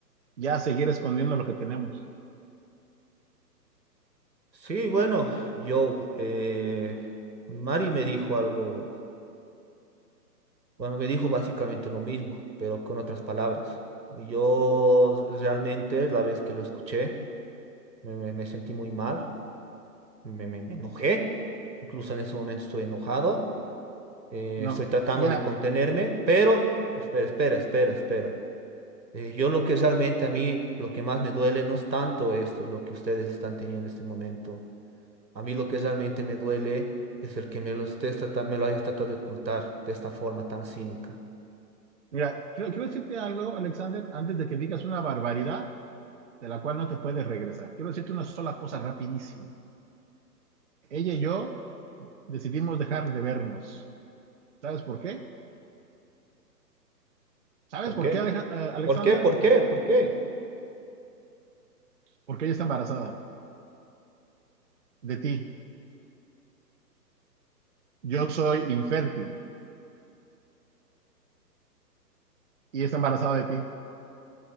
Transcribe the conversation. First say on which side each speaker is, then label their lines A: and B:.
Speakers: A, on the right; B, on the right.
A: ya seguir escondiendo lo que tenemos.
B: Sí, bueno, yo, eh, Mari me dijo algo, bueno, me dijo básicamente lo mismo, pero con otras palabras. Yo realmente la vez que lo escuché me, me- me sentí muy mal. me, me- me enojé, incluso en ese momento estoy enojado, eh,
A: No,
B: estoy tratando
A: mira,
B: de contenerme, pero espera, espera, espera, espera. Eh, yo lo que realmente a mí, lo que más me duele no es tanto esto, lo que ustedes están teniendo en este momento. A mí lo que realmente me duele es el que me lo, estés trata- me lo hayas tratado de ocultar de esta forma tan cínica.
A: mira, quiero, quiero decirte algo, Alexander, antes de que digas una barbaridad de la cual no te puedes regresar. Quiero decirte una sola cosa rapidísima. Ella y yo decidimos dejar de vernos. ¿Sabes por qué? ¿Sabes
B: ¿Por
A: por
B: qué?
A: qué, Aleja- eh, Alexander?
B: ¿Por qué? ¿Por qué? ¿Por qué?
A: Porque ella está embarazada de ti. Yo soy infértil y está embarazada de ti